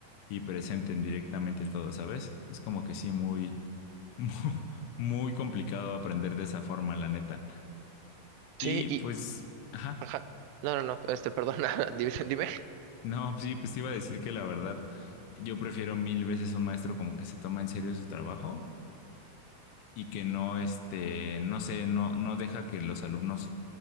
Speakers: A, on the left; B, on the right.
A: y presenten directamente todo, ¿sabes? Es como que sí, muy, <laughs> muy, muy complicado aprender de esa forma, la neta.
B: Sí,
A: Y
B: y...
A: pues, ajá,
B: Ajá. No, no, no, este, perdona, <laughs> dime. dime.
A: no, sí, pues te iba a decir que la verdad, yo prefiero mil veces un maestro como que se toma en serio su trabajo y que no, este, no sé, no, no deja que los alumnos